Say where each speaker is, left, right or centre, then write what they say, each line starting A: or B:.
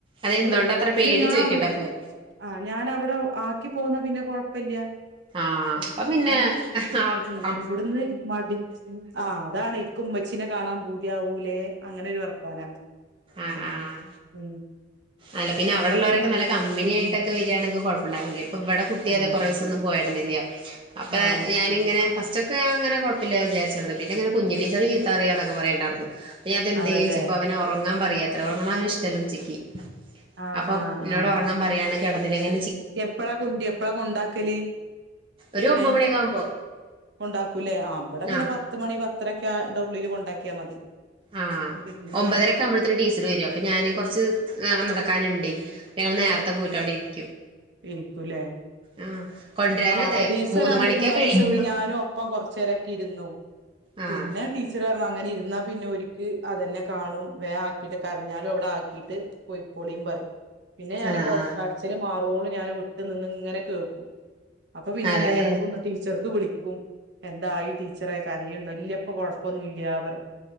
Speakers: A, on the right; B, on the right.
A: അതെന്തോണ്ട
B: പേടിണ്ട്
A: അത്ര പേടി
B: ദ് ഞാൻ
A: ചോദിക്കണ്ട
B: അവിടെ
A: അപ്പൊ
B: ആ ഞാനവി <unintelligible> ആക്കി പോന്ന പിന്നെ കൊഴപ്പില്ല.
A: ആ അപ്പ പിന്നെ
B: ഏഹ്
A: ആ
B: ഉം ഇവിടുന്ന് മടിചു ആഹ് അതാണ് എനിക്ക് ഉമ്മച്ചിനെ കാണാൻ പൂതിയാവൂലെ അങ്ങനെരു വർത്താന
A: ആ
B: ഉം
A: ആ
B: ഉം.
A: അല്ല പിന്നെ അവിടെ
B: ഉമ്മച്ചീനെ
A: ഉള്ളവരൊക്കെ നല്ല
B: കേൾക്കാം
A: കമ്പനി ആയിട്ടൊക്കെ വരികയാണങ്കികുഴപ്പണ്ടാവില്ല ഇപ്പ ഇവിടെ കുട്ടി
B: ആഹ്
A: അതെ കൊറെ സംന്നുപോയപ്പോ അപ്പൊ
B: ആഹ്
A: ഞാനിങ്ങനെ ഫസ്റ്റ് ഒക്കെ അങ്ങനെ കുഴപ്പില്ല വിചാരിച്ചിരുന്നു പിന്നെങ്ങനേ കുഞ്ഞി ടീച്ചർ ചീത്താറിയാന്നൊക്കെ പറയണ്ടായിരുന്നു. അതെന്ത
B: അതല്ലേ
A: ചോയ്ചപ്പോ അവന് ഉറങ്ങാൻ പറയാത്രെ ഉറങ്ങണ അവന് ഇഷ്ടല്ല ഉച്ചക്ക്.
B: ആഹ്
A: അപ്പൊ എന്നോട്
B: ആഹ്
A: ഉറങ്ങാൻ പറയാണ് കിടന്നിലെങ്ങെ
B: എപ്പഴാ കുന്തി എപ്പഴാ കൊണ്ടാക്കല്? കുട്ടിനെ
A: ഒരു ഒമ്പത് മണിയൊക്കെ ആകുമ്പോ
B: കൊണ്ടാക്കൂലേ അവിടെ പിന്നെ
A: ആ
B: പത്ത് മണി പത്രക്കെ ടെ ഉള്ളിൽ കൊണ്ടാക്കിയാൽ മതി.
A: ആഹ്
B: പിന്നെ
A: ഒമ്പതരക്കെ ആവുമ്പോഴത്തേന് ടീച്ചറ് വരും അപ്പൊ ഞാന് കൊറച്ച് നടക്കാനുണ്ടേ. ഞങ്ങൾ നേരത്തെ പോയിട്ട് അവിടെ ഇരിക്കും.
B: ഇരിക്കൂലേ.
A: ആഹ് കൊണ്ടുവരാനും
B: ആ
A: അതെ
B: ദിസം
A: ഒരു മൂന്ന്
B: രണ്ട്
A: മണിക്കേ
B: മൂന്നാല്
A: കഴിയുള്ളൂ
B: ദിവസൊക്കെ ഞാനും ഒപ്പം കൊറച്ച നേരൊക്കെ ഇരുന്നു.
A: ആഹ്
B: പിന്നെ ടീച്ചർ അങ്ങനെ ഇരുന്നാ പിന്നെ ഓരിക്ക് അതന്നെ കാണും വേ ആക്കിട്ട് കരഞ്ഞാലും അവിടെ ആക്കിയിട്ട് പൊയ്ക്കോളി <unintelligible> പിന്നെ ഞാന്
A: ആഹ്
B: കോ
A: ആഹ്
B: കച്ചില് മാറോള ഞാൻ വിട്ട് നിന്ന് ഇങ്ങനെ കേക്കും. അപ്പൊ പിന്നെ
A: അതെ
B: ഞാൻ ഇടക്കന്ന് ടീച്ചർക്ക് വിളിക്കും എന്തായി ടീച്ചറെ കരയു ഇല്ല ഇപ്പ കൊഴപ്പൊന്നും ഇല്ല പറയും